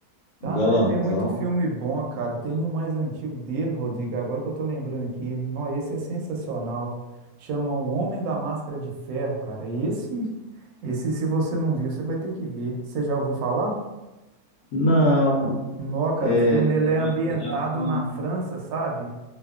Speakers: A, on the left; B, on the right.
A: Um
B: Ah,
A: Galanzão.
B: não, ele tem muito filme bom, cara. Tem um mais antigo dele, Rodrigo, agora que eu tô lembrando aqui. Não, esse é sensacional. Chama O Homem da Máscara de Ferro, cara. Esse, esse, se você não viu, você vai ter que ver. Você já ouviu falar?
A: Não,
B: Não, cara,
A: é,
B: o filme
A: é
B: ele é
A: de,
B: ambientado
A: é de ação.
B: na França, sabe?